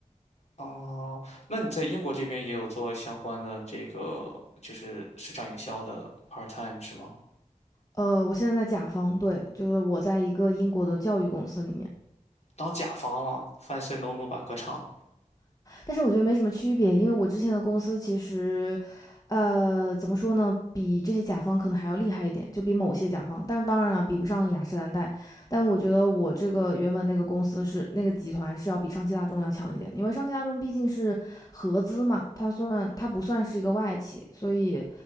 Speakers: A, on the left (about 55°); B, on the left (about 25°).
A: 哦，那你在英国这边也有做相关的这个就是市场营销的 part time 是吗？
B: 呃，我现在在甲方，对，就是我在一个英国的教育公司里面，
A: 当甲方了，翻身农奴把歌唱。
B: 但是我觉得没什么区别，因为我之前的公司其实，呃，怎么说呢，比这些甲方可能还要厉害一点，就比某些甲方，但当然了，比不上雅诗兰黛。但我觉得我这个原本那个公司是那个集团是要比上汽大众要强一点的，因为上汽大众毕竟是合资嘛，它算它不算是一个外企，所以